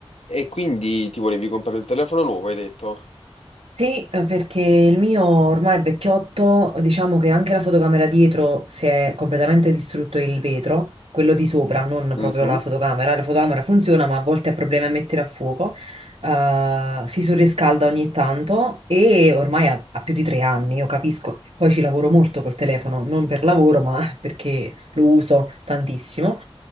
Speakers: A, on the left; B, on the right.
A: E quindi ti volevi comprare il telefono nuovo, hai detto?
B: Sì, eh, perché il mio ormai è vecchiotto, diciamo che anche la fotocamera dietro si è completamente distrutto il vetro, quello di sopra, non
A: Mhm.
B: proprio la fotocamera. La fotocamera funziona, ma a volte ha problemi a mettere a fuoco. eh, si surriscalda ogni tanto e ormai ha, ha più di tre anni, io capisco. Poi ci lavoro molto col telefono, non per lavoro, <laughs> ma perché lo uso tantissimo.